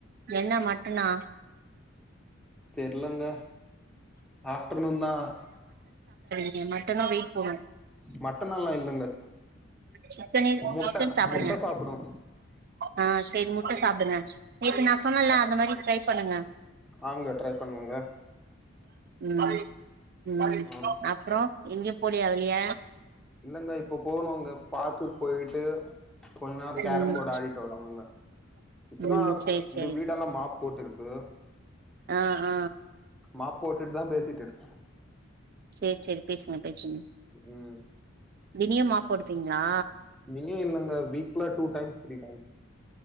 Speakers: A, on the right; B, in the centre.
A: என்ன மட்டனா
B: தெர்லங்க ஆஃப்டர்நூன் தா
A: இ மட்டனோ வெய்ட் போக
B: மட்டன் எல்லா இல்லங்க
A: சிக்கனு
B: முட்ட
A: சிக்கன் சாப்டுங்க
B: முட்ட சாப்புடுவோ
A: ஆ செரி முட்ட சாப்டுங்க நேத்து நா சொன்ன இல்ல அந்த மாரி ட்ரைப் பண்ணுங்க
B: ஆங்கா ட்ரை பண்ணுவோங்க
A: உம் உம்
B: ஆ
A: அப்புறோ எங்க போலியா வெளிய
B: இல்லங்க இப்ப போணு அங்க பார்க்குக் போயிட்டு கொஞ்ச நேரோ கேரம்
A: ம்
B: போடு ஆடிட்டு வருவங்கா இப்பதா
A: ம் சேரி சேரி
B: இது வீடெல்லாம் மாப் போட்டு இருக்கு
A: அ அ
B: மாப் போட்டுட் தா பேஸ் ட்டு <inaudible>
A: சேர் செரி பேசுங்க பேசுங்க
B: ம் ஹூ
A: தினியு மாப் போடுப்பீங்ளா
B: இனியு இல்லங்க வீக்ல டூ டைம்ஸ் த்ரீ டைம்ஸ்